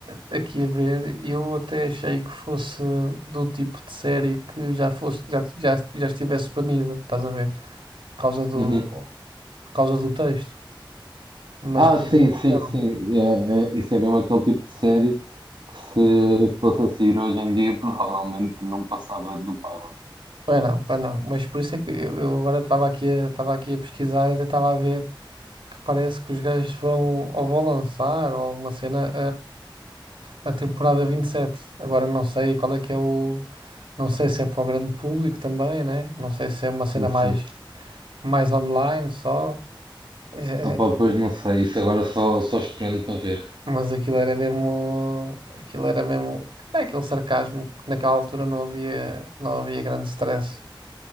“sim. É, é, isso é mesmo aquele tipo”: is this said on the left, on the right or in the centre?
Right